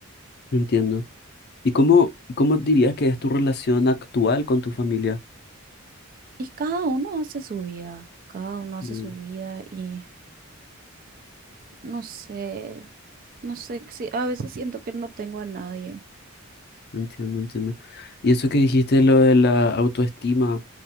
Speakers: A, on the left; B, on the right.
A: Entiendo. ¿Y cómo, cómo dirías que es tu relación actual con tu familia?
B: Y cada uno hace su vida, cada uno hace
A: Mm,
B: su vida y no sé, no sé, si, a veces siento que no tengo a nadie.
A: Entiendo, entiendo. Y eso que dijiste, lo de la autoestima,